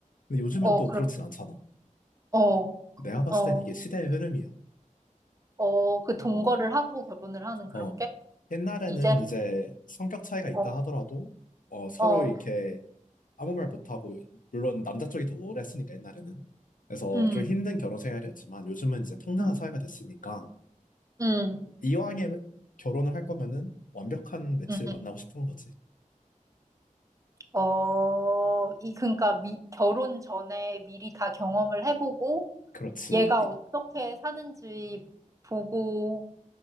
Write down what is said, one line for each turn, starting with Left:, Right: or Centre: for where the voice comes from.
Left: 근데 요즘은
Right: 어,
Left: 또
Right: 그런,
Left: 그렇진 않잖아.
Right: 어,
Left: 내가 봤을
Right: 어,
Left: 땐 이게 시대의 흐름이야.
Right: 어, 그 동거를
Left: 어,
Right: 하고 결혼을 하는 그런
Left: 어.
Right: 게?
Left: 옛날에는
Right: 이제,
Left: 이제 성격 차이가 있다
Right: 어,
Left: 하더라도, 어, 서로
Right: 어,
Left: 이렇게 아무 말 못하고, 물론 남자 쪽이 더 우월했으니까, 옛날에는. 그래서
Right: 음,
Left: 좀 힘든 결혼 생활이었지만, 요즘은 이제 평등한
Right: 음,
Left: 사회가 됐으니까,
Right: 음,
Left: 이왕에 결혼을 할 거면은 완벽한 매치를
Right: 음.
Left: 만나고 싶은 거지.
Right: 어, 이, 그러니까 미, 결혼 전에 미리 다 경험을 해보고,
Left: 그렇지.
Right: 얘가 어떻게 사는지 보고,